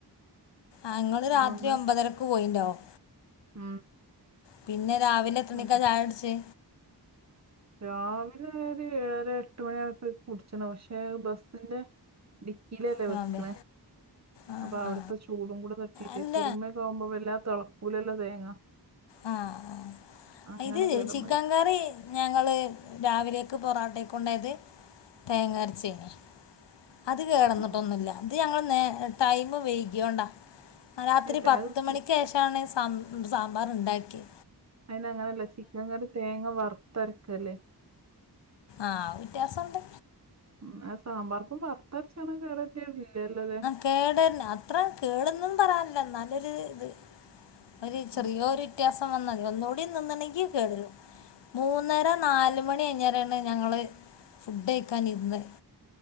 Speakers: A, on the left; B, on the right.
A: ആഹ് ങ്ങള്
B: പിന്നെ
A: രാത്രി
B: ഒന്ന്
A: ഒമ്പതരക്ക് പോയിണ്ടാവും.
B: ഉം
A: പിന്നെ രാവിലെ എത്രണിക്കാ
B: അതെ
A: ചായ കുട്ച്ചേ?
B: രാവിലെ ഒരു ഏഴര എട്ട് മണിആയപ്പോത്തിന് കുട്ച്ച് ണ് പക്ഷെ ബസിന്റെ. ഡിക്കിലല്ലേ
A: ബോംബെ
B: വെക്ക്ണേ.
A: ആ
B: അപ്പൊ അവ്ട്ത്തെ
A: ആ
B: ചൂടും കൂടെ തട്ടീട്ടേ
A: അല്ല
B: കുറുമൊക്കെ ആവുമ്പോ വല്ലാ തെളക്കൂലല്ലോ തേങ്ങ.
A: ആഹ്
B: അങ്ങനെ
A: ആഹ് ഇത്
B: കേടന്നുപോയി
A: ചിക്കൻ കറി ഞങ്ങള് രാവിലെയക്ക് പൊറോട്ടേക്ക കൊണ്ടായത് തേങ്ങ അരച്ചേനി അത് കേടന്നിട്ടൊന്നുല്ല
B: ആ
A: ഇത് ഞങ്ങൾ നേ ടൈമ് വൈകിയൊണ്ടാ രാത്രി
B: ഏത്
A: പത്ത്
B: അത് ചി
A: മണിക്ക് ശേഷമാണ് സാമ്പാർ ഉണ്ടാക്കിയ
B: അയിന് അങ്ങനെയല്ല ചിക്കൻ കറി തേങ്ങ വറുത്തരക്കല്ലേ
A: ആഹ് വ്യത്യാസണ്ട്
B: ഉം സാമ്പാർ ഇപ്പം വറത്തരച്ചന്ന കേടട്ട ഇല്ലല്ലോ അല്ലെ
A: കേടന്നെ അത്ര കേടൊന്നും പറയാനില്ല ന്നാലൊരു ഇത്. ഒരു ചെറിയ
B: ഉം
A: ഒരു വ്യത്യാസം വന്നാ തി ഒന്നുടി നിന്ന്ണെങ്കിൽ കേടെരും മൂന്നര നാല് ത്തുമണി <unintelligible> കഴിഞ്ഞ് ഞങ്ങളെ ഫുഡ് കഴിക്കാൻ ഇരുന്ന്